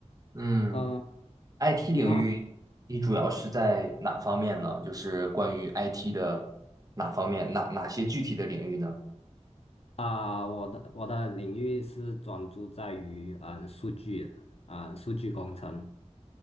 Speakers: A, on the right (about 30°); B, on the left (about 55°).
A: 嗯
B: 呃
A: ，IT
B: 那
A: 领域你主要是在哪方面呢？就是关于 IT 的哪方面，哪哪些具体的领域呢？
B: 啊、我的我的领域是专注在于嗯、呃数据啊、呃数据工程。